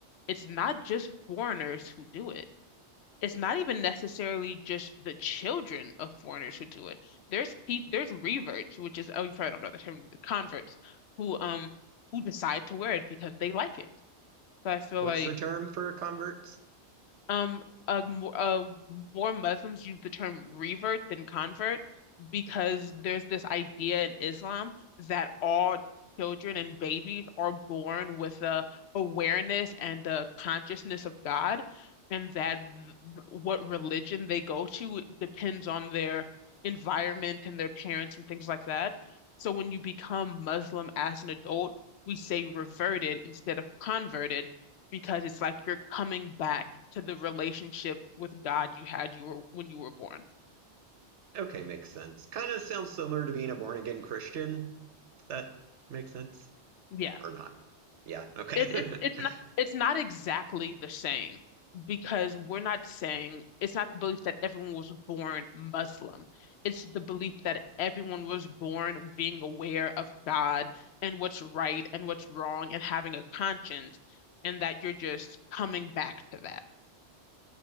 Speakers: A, on the left; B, on the right.
A: it's not just foreigners who do it it's not even necessarily just the children of foreigners who do it. There's pe there's reverts, which is oh you probably don't know the term, the converts who um who decide to wear it because they like it. So I feel
B: What's
A: like
B: the term for converts?
A: um, uh, more, uh, more Muslims use the term revert than convert because there's this idea in Islam that all children and babies are born with a awareness and a consciousness of God, and that th- what religion they go to depends on their environment and their parents and things like that. So when you become Muslim as an adult, we say reverted instead of converted because it's like you're coming back to the relationship with God you had you were when you were born.
B: Okay, makes sense. Kind of sounds similar to being a born again Christian. Does that make sense?
A: Yeah.
B: Or not? Yeah, okay.
A: It, it it's not
B: <laughs>
A: it's not exactly the same because we're not saying it's not the belief that everyone was born Muslim. It's the belief that everyone was born being aware of God and what's right and what's wrong and having a conscience and that you're just coming back to that.